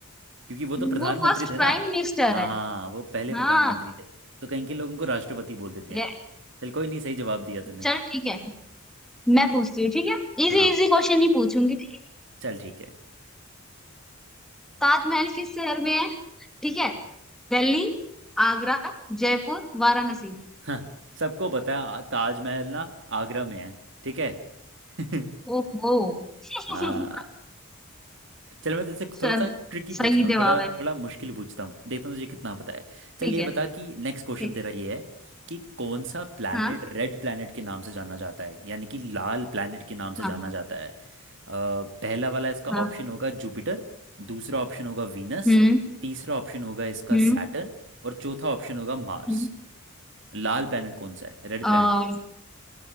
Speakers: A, on the right; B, in the centre.
A: क्योंकि वो तो प्रधानमंत्री
B: वो फर्स्ट
A: थे
B: प्राइम
A: ना
B: मिनिस्टर
A: हाँ
B: है
A: वो पहले
B: हाँ
A: प्रधानमंत्री थे तो कई कई लोग उनको राष्ट्रपति बोल देते
B: ये
A: हैं चल कोई नहीं सही जवाब दिया तूने
B: चल ठीक है मैं पूछती हूँ ठीक है इजी
A: हाँ
B: इजी
A: पूछ
B: क्वेश्चन ही पूछूंगी ठीक है
A: चल ठीक है
B: ताजमहल किस शहर में है ठीक है दिल्ली आगरा जयपुर वाराणसी
A: हाँ सबको पता है आ- ताजमहल ना आगरा में है ठीक है <laughs>
B: ओहो <laughs>
A: हाँ चल मैं तुझसे
B: सर
A: थोड़ा सा ट्रिकी
B: सही
A: पूछता हूँ
B: जवाब
A: थोड़ा
B: है
A: थोड़ा मुश्किल पूछता हूँ देखता हूँ तुझे कितना पता है चल
B: ठीक
A: ये
B: है
A: बता कि नेक्स्ट
B: ठीक
A: क्वेश्चन तेरा
B: है
A: ये है कि कौन सा प्लैनेट
B: हाँ
A: रेड प्लैनेट के नाम से जाना जाता है यानी कि लाल प्लैनेट के नाम से
B: हाँ
A: जाना जाता है अ, पहला वाला इसका
B: हाँ
A: ऑप्शन होगा जुपिटर दूसरा ऑप्शन होगा वीनस
B: हम्म
A: तीसरा ऑप्शन होगा इसका
B: हम्म
A: सैटर्न और चौथा ऑप्शन होगा मार्स
B: हम्म
A: लाल प्लैनेट कौन सा है रेड
B: अ
A: प्लैनेट